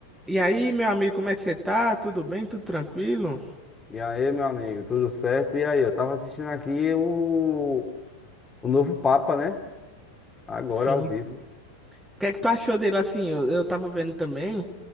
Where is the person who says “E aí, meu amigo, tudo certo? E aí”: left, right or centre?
Left